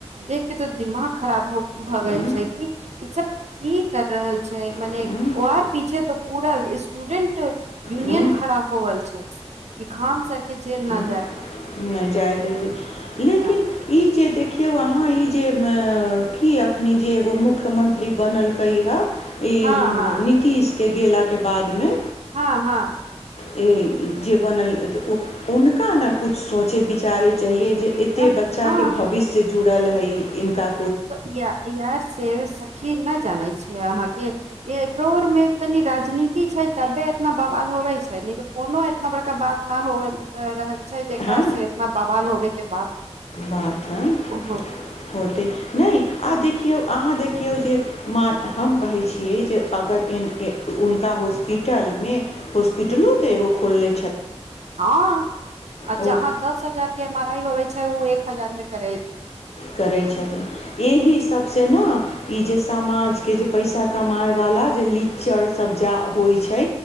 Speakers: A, on the right; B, on the left.
A: देख कते तऽ दिमाग खराब हो भऽ गेल
B: हूँ
A: छै कि ई सब की कर रहल छै मने
B: हूँ
A: ओ आओर पीछे तो पूरा स्टूडेंट यूनियन
B: हूँ
A: खड़ा होवल छै इ खान सर के जेल ना
B: नहि जाय देैबय लेकिन
A: हँ
B: ई जे देख केउ अहाँ ई जे म की एखनी जे एगो मुख्यमन्त्री बनलकै हँ ई
A: हँ हँ
B: नीतीश के गेला के बादमे
A: हँ हँ
B: जे बनल हुनका ने कुछ सोचै विचारै चाहिए जे
A: एकदम
B: एते बच्चाके
A: हँ
B: भविष्य जुड़ल हइ इनका
A: तऽ या यार सेव सखी नहि जानइ छी य अहांके ऐ होरमे तनी राज राजनीति छै तबे एतना बवाल होवे छै नैत' कोनो एतना बड़का बात न होऐ रहल छै जेकरा
B: हँ
A: से इतना बवाल होबे के बाद
B: बात हँ
A: ओहो
B: होतै नहि आ
A: त
B: देखियौ आं अहाँ देखियौ जे म हम कहै छियै जे अगर उनका हॉस्पिटलमे हॉस्पिटलो
A: हूँ
B: ते एगो खोलले
A: हँ अच्छा
B: ओ
A: अहाँ दस हजार के मराइ होइ छै ओ एक हजार मे करै
B: करै छथिन एहि सबसे ने ई जे समाजके जे पैसा कमायवला जे लीच्चड़ सभ जा होइ छै